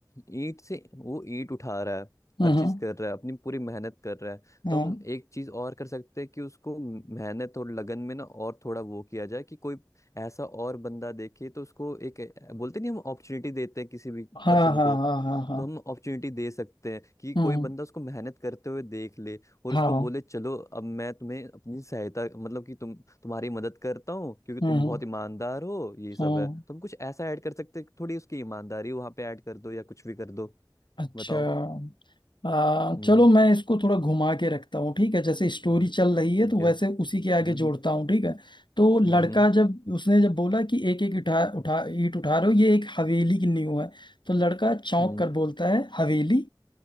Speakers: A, on the left; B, on the left.
A: ईंट से वो ईंट उठा रहा है
B: हम्म
A: हर चीज
B: हम्म,
A: कर रहा है अपनी पूरी मेहनत कर रहा है
B: हम्म।
A: तो हम एक चीज और कर सकते हैं कि उसको मेहनत और लगन में ना और थोड़ा वो किया जाए कि कोई ऐसा और बंदा देखे तो उसको एक अ, बोलते नहीं हम अपॉर्चुनिटी देते हैं किसी भी
B: हाँ
A: पर्सन
B: हाँ
A: को
B: हाँ हाँ हाँ
A: तो हम अपॉर्चुनिटी दे सकते हैं कि कोई
B: हम्म
A: बंदा उसको मेहनत करते हुए देख ले और
B: हाँ
A: उसको बोले चलो अब मैं तुम्हें अपनी सहायता मतलब कि तुम तुम्हारी मदद करता हूँ क्योंकि
B: हम्म
A: तुम
B: हम्म
A: बहुत ईमानदार हो ये सब
B: हम्म।
A: है तुम कुछ ऐसा ऐड कर सकते थोड़ी उसकी ईमानदारी वहां पे ऐड कर दो या कुछ भी कर दो
B: अच्छा
A: बताओ
B: आ,
A: हम्म
B: चलो मैं इसको थोड़ा घुमा के रखता हूँ ठीक है जैसे स्टोरी
A: हम्म,
B: चल
A: ठीक
B: रही है तो
A: है
B: वैसे उसी
A: हम्म
B: के आगे जोड़ता हूँ ठीक है तो लड़का
A: हम्म हम्म
B: जब उसने जब बोला कि एक एक उठा उठा ईंट उठा रहे हो ये एक हवेली की नींव है तो लड़का चौंक
A: हम्म
B: कर बोलता है हवेली